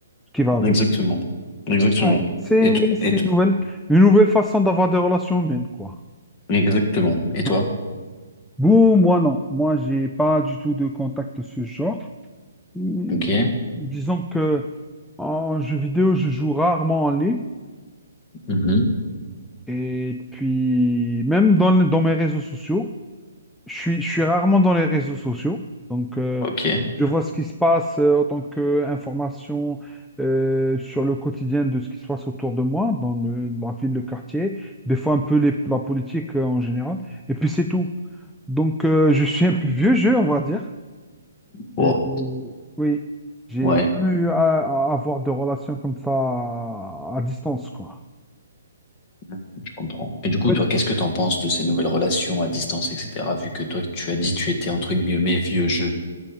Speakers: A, in the centre; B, on the left.
A: ce qui va avec.
B: exactement, exactement.
A: Ouais. C'est
B: Et,
A: oui,
B: to-
A: c'est
B: et to-
A: une nouvelle, une nouvelle façon d'avoir des relations humaines, quoi.
B: exactement. Et toi?
A: Ouais. Bon, moi non. Moi, j'ai pas du tout de contact de ce genre. Hmm,
B: Ok.
A: Disons que en jeu vidéo, je joue rarement en ligne.
B: Mhm.
A: Et puis, même dans, dans mes réseaux sociaux, je suis, je suis rarement dans les réseaux sociaux. Donc, euh,
B: Ok.
A: je vois ce qui se passe euh, en tant qu'information sur le quotidien de ce qui se passe autour de moi, dans le- la ville, le quartier, des fois un peu les- la politique euh, en général. Et puis, c'est tout. Donc, euh, je suis un peu vieux jeu, on va dire.
B: Bon.
A: J'ai- j'ai- Oui, j'ai
B: Ouais.
A: jamais eu à, à avoir de relations comme ça à, à distance, quoi.
B: Mhm. Je comprends. Et du coup,
A: En
B: toi, qu'est-ce que t'en penses de ces nouvelles relations à distance, etc., vu que toi, tu as dit tu étais entre guillemets vieux jeu.